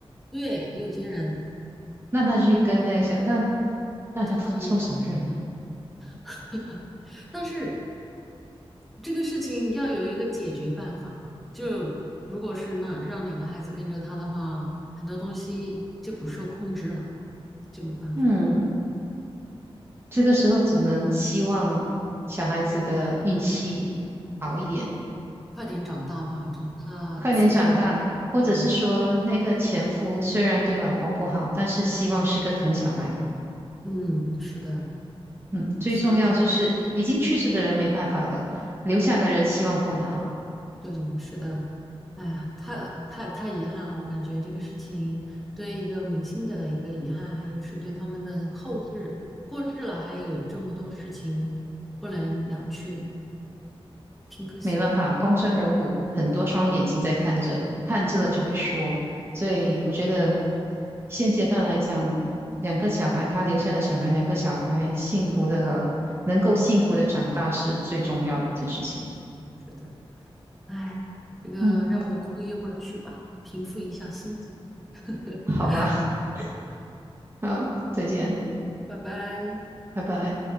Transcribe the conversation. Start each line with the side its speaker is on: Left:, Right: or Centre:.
Centre: 对，有钱人
Right: 那他去跟那个小，那那他他凑什么热闹？
Centre: 家大业大。<laughs> 但是这个事情要有一个解决办法，就如果是那让两个孩子跟着他的话，很多东西就不受控制了，就没办法，
Right: 嗯，这个时候只能希望小孩子的运气好一点，
Centre: 快点长大吧，长大自主，
Right: 快点长大，或者是说那个前夫虽然对老婆不好，
Centre: 对。
Right: 但是希望是个疼小孩的。
Centre: 嗯，是的，
Right: 嗯，最重要就是已经去世的人没办法了，
Centre: 希望自己，
Right: 留下的人希望过得好。
Centre: 对，是的，哎呀，太太太遗憾了，我感觉这个事情对一个明星的一个遗憾，还有是对他们的后世过世了，还有这么多事情不能了却，挺可惜的。
Right: 没办法，公众人物很多双眼睛在看着，看着了就会说，
Centre: 对
Right: 所以我觉得
Centre: 对，
Right: 现阶段来讲，两个小孩，他留下的小孩，两个小孩幸福的，能够幸福的长大是最重要的一件事情。
Centre: 是的，哎，这个让我哭一会儿去吧，
Right: 嗯，
Centre: 平复一下心情，<laughs>
Right: 好吧，<laughs> 好，再见，
Centre: 拜拜。
Right: 拜拜。